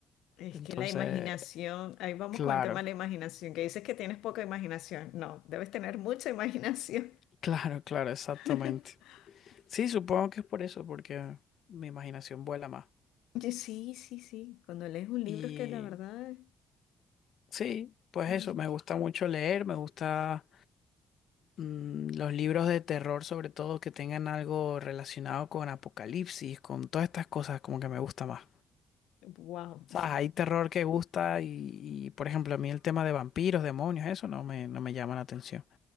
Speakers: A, on the left; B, on the left.
A: es
B: Entonces,
A: que la imaginación, ahí vamos
B: claro,
A: con el tema de la imaginación, que dices que tienes poca imaginación. No, debes tener mucha imaginación.
B: <laughs> claro, claro, exactamente.
A: <laughs>
B: Sí, supongo que es por eso, porque mi imaginación vuela más.
A: Y Sí, sí, sí. Cuando lees un libro
B: Y
A: es que la verdad...
B: sí, pues
A: mm,
B: eso, me gusta mucho leer, me gusta mm, los libros de terror, sobre todo que tengan algo relacionado con apocalipsis, con todas estas cosas, como que me gusta más.
A: Wow,
B: O sea, hay terror que gusta y, y, por ejemplo, a mí el tema de vampiros, demonios, eso no me, no me llama la atención.